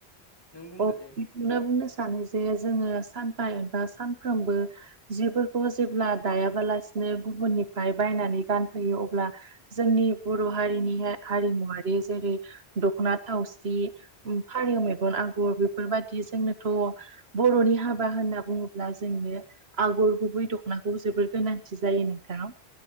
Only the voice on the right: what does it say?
औ।
बेखौनो बुंनो सानो जे जोङो सानफा एबा सानफ्रोमबो जिफोरखौ जेब्ला दायाबालासिनो गुबुननिफ्राय बायनानै गानफैयो अब्ला जोंनि बर' हारिनि हारिमुवारि जेरै दख'ना थावसि फारौ मेगन आगर बेफोरबायदि जोंनोथ' बर'नि हाबा होनना बुङोब्ला जोंनो आगर गुबै दख'नाखौ जोबोर गोनांथि जायो नोंथां